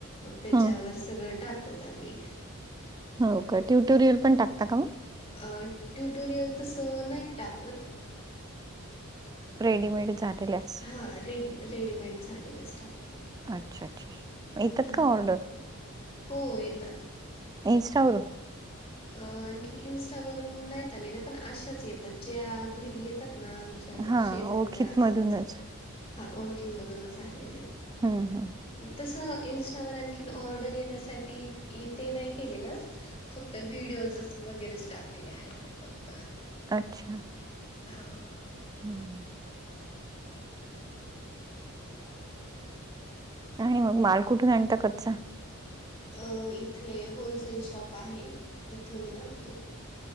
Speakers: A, on the left; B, on the right.
A: मग त्याच्यावर
B: हा
A: सगळं टाकतो त आम्ही.
B: हो का? तुम्ही ते रीलपण पण टाकता का मग?
A: अं. ट्युटोरियल तसं नाहीत टाकत.
B: रेडीमेड झालेलं <unintelligible>
A: हां. रेड रेडीमेड झालेलं स्टाफ.
B: अच्छा. अच्छा. येतात
A: हा
B: का ऑर्डर?
A: हो. येतात.
B: इनस्टावरर?
A: अं. आणखीन इन्स्टावरून नाहीत आलेल्या. पण अशाच येतात. ज्या घरी येतात ना?
B: हा
A: शेजारच्या
B: ओळखीत
A: आसपासच्या.
B: मधूनच
A: हां. ओळखी मधूनच आलेल्यायत.
B: हम्म. हम्.
A: तस इन्स्टावर आणखीन ऑर्डर येण्यासाठी ये ते नाही केलेलं. तर व्हिडिओजच वगैरेच टाकलेले आहेत फक्त.
B: अच्छा.
A: हां.
B: हम ह. आणि मग माल कुठून आणता कच्चा?
A: अ. इथे होलसेल शॉप आहे. तिथून आणतो.